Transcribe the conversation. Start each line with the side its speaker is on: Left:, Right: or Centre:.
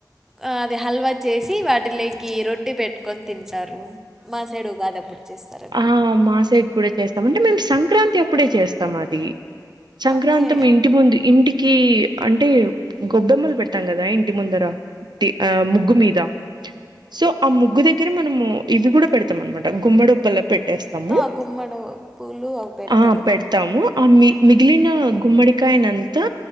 Centre: ఆ అది హల్వా చేసి వాటిలేకి రొట్టి పెట్ కొన్ తింటారు మా సైడు ఉగాదప్పుడు చేస్తా
Right: ఆ మా సైడ్ కూడా చేస్తాం అంటే మేము సంక్రాంతి అప్పుడే చేస్తాం అది సంక్రాం
Centre: ఓకే
Right: ఇంటి ముందు ఇంటికి అంటే గొబ్బెమ్మలు పెడతాం కదా ఇంటి ముందర ఆ ముగ్గు మీద సో ఆ ముగ్గు దగ్గిర మనము ఇవి గుడ పెడతం
Centre: ఆ.
Right: అన్మాట గుమ్మడు పల పెట్టేస్తాము
Centre: ఆ గుమ్మడి పూలు అవి పెడతారు
Right: ఆ పెడతాము ఆ మిగిలిన గుమ్మడికాయనంతా